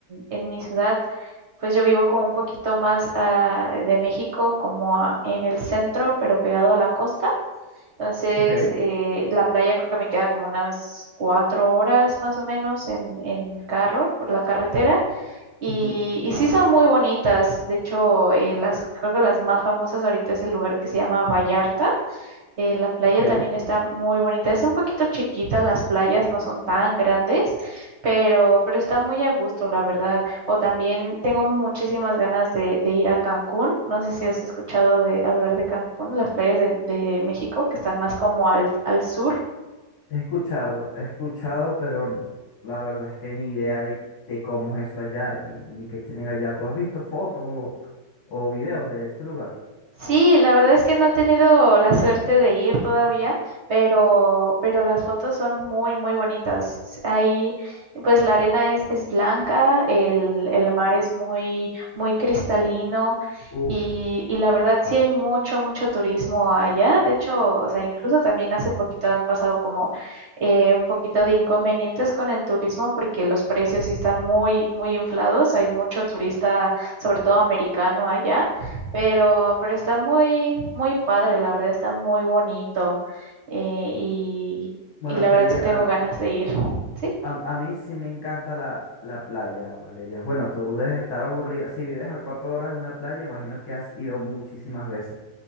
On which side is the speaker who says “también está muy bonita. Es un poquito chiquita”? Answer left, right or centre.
Right